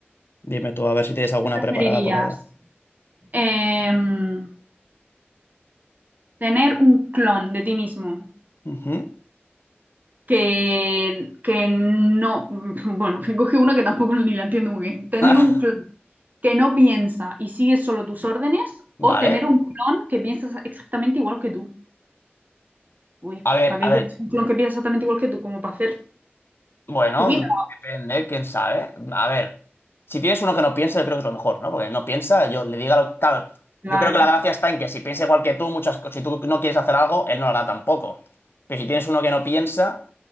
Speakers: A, on the left (about 65°); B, on the right (about 45°).
A: Dime tú, a ver si tienes alguna
B: ¿Qué preferirías?
A: preparada por allá.
B: Em, tener un clon de ti mismo
A: Ujú.
B: que, que no, <laughs> bueno, que coge uno que tampoco ni la entiendo muy bien. Tener
A: <laughs>
B: un clon
A: Ah,
B: que no piensa y sigue solo tus órdenes
A: vale.
B: o tener un clon que piensa exactamente igual que tú. Uy,
A: A ver,
B: ¿para qué
A: a ver.
B: quieres un clon que piensa exactamente igual que tú? Como para hacer
A: Bueno,
B: tu vida.
A: depende, quién sabe. A ver, si tienes uno que no piensa, yo creo que es lo mejor, ¿no? Porque no piensa, yo le diga lo Claro,
B: Claro,
A: yo creo que la gracia está en que si piensa igual que tú, muchas cosas, si tú no quieres hacer algo, él no lo hará tampoco. Pero si tienes uno que no piensa,